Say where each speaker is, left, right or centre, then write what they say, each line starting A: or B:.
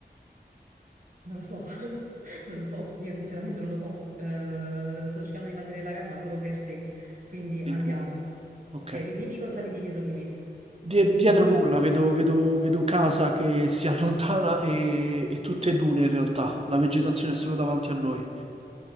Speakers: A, on the right (about 50°); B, on the right (about 35°).
A: Non lo so, <laughs> non lo so, io sinceramente non lo so. Eh, sto cercando di mantenere la calma solo per te, quindi andiamo.
B: Sì, sì. Ok.
A: Ok, ve- dimmi cosa vedi dietro di me.
B: Die-
A: Mantienimi...
B: dietro nulla, vedo, vedo- vedo casa che si <laughs> allontana e, e tutte dune in realtà. La vegetazione è solo davanti a noi.